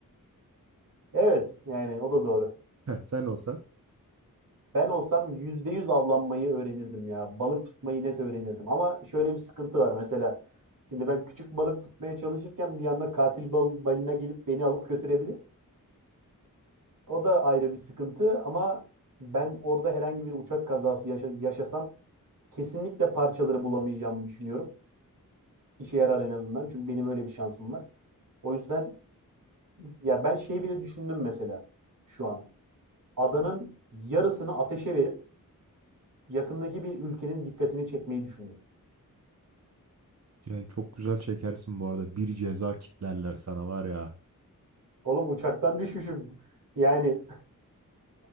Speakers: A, on the right; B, on the right.
A: Evet yani o da doğru.
B: Heh, sen olsan.
A: Ben olsam %100 avlanmayı öğrenirdim ya. Balık tutmayı net öğrenirdim. Ama şöyle bir sıkıntı var mesela. Şimdi ben küçük balık tutmaya çalışırken bir yanda katil bal balina gelip beni alıp götürebilir. O da ayrı bir sıkıntı ama ben orada herhangi bir uçak kazası yaşa- yaşasam kesinlikle parçaları bulamayacağımı düşünüyorum. İşe yarar en azından. Çünkü benim öyle bir şansım var. O yüzden ya ben şeyi bile düşündüm mesela şu an. Adanın yarısını ateşe verip yakındaki bir ülkenin dikkatini çekmeyi düşündüm.
B: Yani çok güzel çekersin bu arada. Bir ceza kitlerler sana var ya.
A: Oğlum uçaktan düşmüşüm. Yani